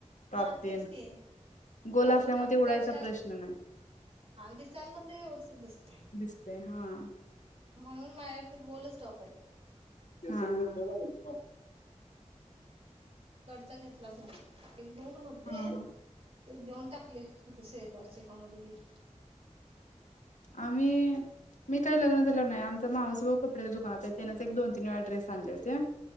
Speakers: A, on the left; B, on the right.
A: टॉप
B: हा
A: तेन
B: तेच की,
A: गोल
B: बरोबर
A: असल्यामुळे
B: नाही वाटत.
A: ते उडायचा
B: त्यापेक्षा
A: प्रश्न नाही
B: दिसायला पण ते व्यवस्थित दिसतय.
A: दिसते हा
B: म्हणून. माझ्याकडं गोलच टॉप आहेत.
A: हा. हा.
B: कटचा घेतलाच नाही. एक-दोन होते.
A: हा हा
B: ते देऊन टाक ले इथे शेजारच्या एका मुलगीला.
A: आणि मी काय लग्नात घेतलं नाहि. आमचा मावस भाऊ कपड्याच्या दुकानात आहे, त्यानेच एक-दोन-तीन वेळा ड्रेस आणले होते.